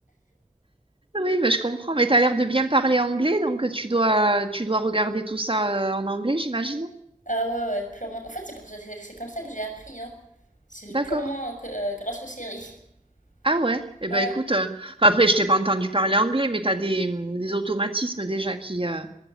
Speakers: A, on the right; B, on the left.
A: oui, mais je comprends. Mais t'as l'air de bien parler anglais, donc tu dois tu dois regarder tout ça euh, en anglais, j'imagine.
B: Ah ouais, ouais, purement. En fait, c'est pour ça- c'est c'est comme ça que j'ai appris, hein. C'est purement
A: D'accord.
B: euh, que- euh, grâce aux séries. <laughs>
A: Ah ouais. Eh
B: Ouais,
A: ben écoute, euh, enfin, après je t'ai pas entendu parler anglais, mais t'as des des automatismes déjà qui euh,